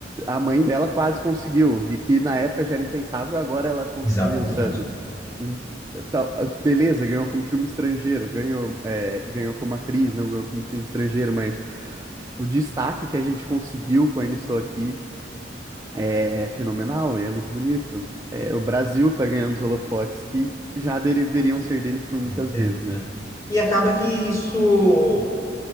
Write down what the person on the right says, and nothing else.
a mãe dela quase conseguiu, e que na época já era impensável, agora ela conseguiu,
sabe? Hum, tal- ah, Beleza, ganhou como filme estrangeiro, ganhou, é, ganhou como atriz, não ganhou como filme estrangeiro, mas o destaque que a gente conseguiu com Ainda Estou Aqui é é fenomenal e é muito bonito. É, o Brasil tá ganhando os holofotes que já deveriam ser deles por
muitas
vezes, né?